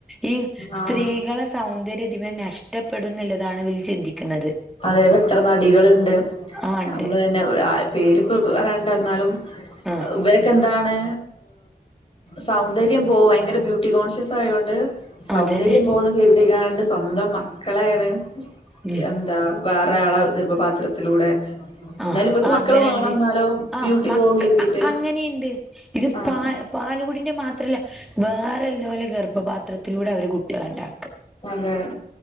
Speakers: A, in the centre; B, on the left.
A: ഈ
B: ആഹ്
A: സ്ത്രീകള് സൗന്ദര്യം ഇതിന് നഷ്ടപ്പെടുന്ന ള്ളതാണ് ഇവര് ചിന്തിക്കുന്നത്
B: അതേ ഇപ്പം എത്ര നടികള്ണ്ട്
A: ആഹ് ഉണ്ട്
B: നമ്മള് തന്നെ <unintelligible> പേരിപ്പ പറയണ്ട യ്യന്നാലും
A: ആഹ്
B: ഇവരെ ക്ക് എന്താണ്. സൗന്ദര്യം പോവും ഭയങ്കര ബ്യൂട്ടി കോൺഷ്യസ്യോണ്ട്. സൗന്ദര്യം
A: അതന്നെ
B: പോവുന്ന് കരുതിക്കാണ്ട് സ്വന്തം മക്കളെയാണ് <unintelligible>
A: ഉം
B: ന്താ വേറെ ആളെ ഗർഭപാത്രത്തിലൂടെ
A: ആഹ്
B: എന്നാലും ഇവക്ക്
A: ആ
B: മക്കള്
A: അങ്ങനെണ്ട്.
B: വേണം എന്നാലോ
A: ആഹ്
B: ബ്യൂട്ടി
A: മക്ക്
B: പോവും കരുതിട്ട്
A: അങ്ങനെയുണ്ട് ഇത്
B: ആഹ്
A: പാൽ പാലുകുടിന്റെ മാത്രല്ല. വേറ ഇല്ല'ലോലെ ഗർഭപാത്രത്തിലൂടെ അവര് കുട്ടികളെ ഇണ്ടാക്കും.
B: അതെ